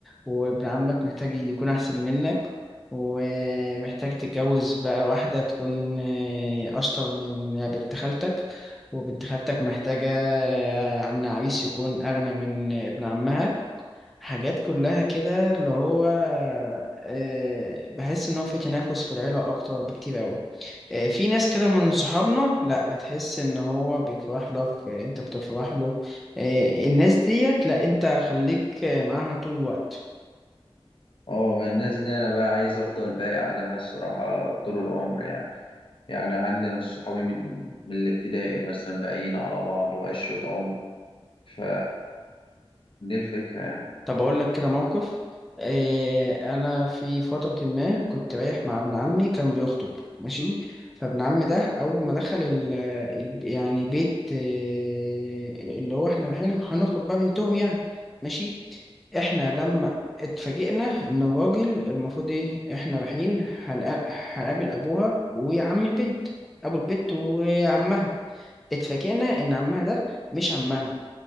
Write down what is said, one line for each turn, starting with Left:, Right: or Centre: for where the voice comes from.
Centre: وابن عمك محتاج يكون احسن منك ومحتاج تتجوز بقى واحده تكون آه، اشطر من بنت خالتك وبنت خالتك محتاجه آه، عن عريس يكون اغنى من ابن عمها حاجات كلها كده اللي هو آه، بحس ان هو في تنافس في العيله اكتر بكتير قوي في ناس كده من صحابنا لا هتحس ان هو بيفرح لك آه، انت بتفرح له آه، الناس ديت لا انت خليك آه، معاها طول الوقت
Left: اه ما الناس دي انا بقى عايز افضل باقي عليها الصراحة طول العمر يعني يعني عندنا الصحابي من من الابتدائي مثلا باقيين على بعض وعشرة عمر ف دي الفكرة يعني
Centre: طب أقول لك كده موقف إيه أنا في فترة ما كنت رايح مع ابن عمي كان بيخطب ماشي فابن عمي ده أول ما دخل ال ال- يعني بيت إيه، اللي هو إحنا رايحين هنخطب بقى بنتهم يعني ماشي إحنا لما اتفاجئنا إن الراجل المفروض إيه إحنا رايحين هنق- هنقابل أبوها وعم البنت أبو البنت وعمها اتفاجئنا إن عمها ده مش عمها